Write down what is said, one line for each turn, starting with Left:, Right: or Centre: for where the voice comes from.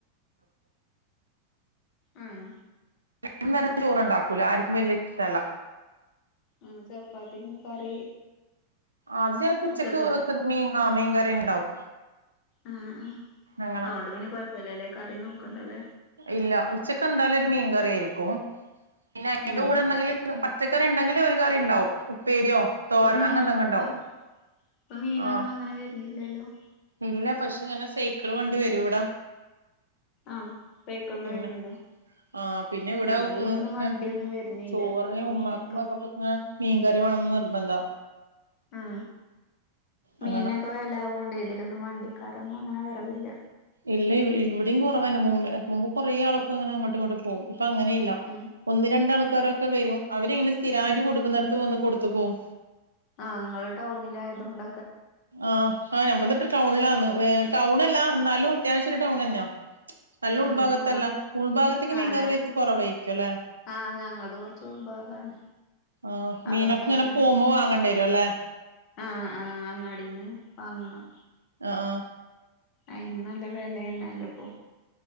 Left: ആഹ്
Right: ഇന്നലത്തെ ചോറു ഉണ്ടോ പുലാവ് ആർക്കും വല്യ ഇഷ്ടല്ല
Left: ഉ ചപ്പാത്തി കറി
Right: അത് ചിലപ്പോ ഉച്ചക്ക്
Left: ഉച്ചക്കത്തെ
Right: വെക്ക്ണ മീ ആ മീൻകറിണ്ടാവും
Left: ആഹ് ആഹ്
Right: അങ്ങനെ
Left: അതോണ്ട് പിന്നെ കൊഴപ്പല്ലല്ലേ കറി നോക്കണ്ടല്ലേ
Right: ഇല്ല ഉച്ചക്ക് എന്തായാലും ഒരു മീൻകറി ആയിരിക്കും പിന്നെ അയ്ന്റെ
Left: ആഹ്
Right: കൂടെന്തെങ്കിലും പച്ച <unintelligible> ഉണ്ടെങ്കിൽ ഒരു കറി ഉണ്ടാവും ഉപ്പേരിയോ തോരൻ
Left: ഇപ്പൊ മീൻ
Right: അങ്ങനെ
Left: ഇപ്പ
Right: എന്തെങ്കിലും ഉണ്ടാവും
Left: ഇപ്പൊ മീനൊന്നും
Right: ആഹ്
Left: അങ്ങനെ വരുന്നില്ലല്ലോ <unintelligible>
Right: ഇല്ല പക്ഷെ ഇങ്ങനെ സൈക്കിള് വണ്ടി വരും ഇവിട
Left: ആഹ് സൈക്കിൾമ്മെ
Right: പിന്നെ
Left: വരുന്നുണ്ടോ
Right: ആ പിന്നെ ഇവിടെ
Left: ആഹ്
Right: ന്ന
Left: ഇതിലൊന്നും വണ്ടിയൊന്നും വരുന്നില്ല
Right: ചോറിനെ
Left: മീനൊക്കെ
Right: ഉമാക്കുമ് ബാപ്പക്ക ഇങ്ങ മീൻകറി വേണംന്ന് നിർബന്ധ
Left: ആ മീനൊക്കെ
Right: അങ്ങനെ
Left: വില ആവൂണ്ട് ഇതിലൊന്ന വണ്ടിക്കാരൊന്നും അങ്ങനെ വറവില്ല
Right: ഇല്ല ഇവിടയും കുറവന്നെ മുമ്പ് മുമ്പ് കുറേ ആളൊക്കെ അങ്ങനെ അങ്ങോട്ട് ഇങ്ങോട്ട് പോകും അപ്പൊ അങ്ങനെല്ല
Left: ഉം
Right: ഒന്ന് രണ്ടാ ആൾക് ക്കാരൊക്കെ വരും അവരിങ്ങനെ സ്ഥിരയിട്ട് കൊടുക്കുന്നിടത്ത് വന്ന് കൊടുതൂ പോവും
Left: ആഹ് ങ്ങൾ ടൗണില ആയതുകൊണ്ട
Right: ആഹ് ആ നമ്മ ടൗണിലന്ന് ടൗണല്ല എന്നാലും അത്യാവശ്യ ഒരു ടൗൺ തന്നെയാ നല്ല
Left: ആഹ്
Right: ഉൾഭാഗത്തല്ല
Left: ഞങ്ങ
Right: ഉൾഭാഗത്തേക്ക്
Left: ആഹ്
Right: മീൻകർ
Left: ഞ
Right: വത് കുറവായിരിക്കും അല്ലെ
Left: ആഹ് ഞങ്ങൾത് കൊറച്ച് ഉൾഭാഗാണ്
Right: ആഹ്
Left: അതോണ്ട്
Right: മീനൊക്കെ ഇങ്ങനെ
Left: അങ്ങനെ
Right: പോകുമ്പോ
Left: വെ
Right: വാങ്ങേണ്ടി വരു അല്ലേ
Left: ആഹ് <unintelligible> വാങ്ങണം
Right: ആഹ്
Left: അയ്ന് നല്ല വെലേണാലപ്പൊ